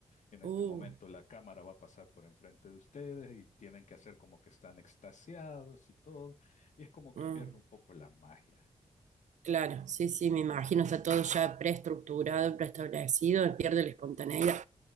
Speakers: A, on the left (about 75°); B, on the right (about 75°).
A: En este
B: Uh,
A: momento la cámara va a pasar por enfrente de ustedes y tienen que hacer como que están extasiados y todo. Y es como que
B: ah,
A: pierde un poco la magia.
B: claro, sí, sí, me imagino, está todo ya preestructurado, preestablecido, pierde la espontaneidad.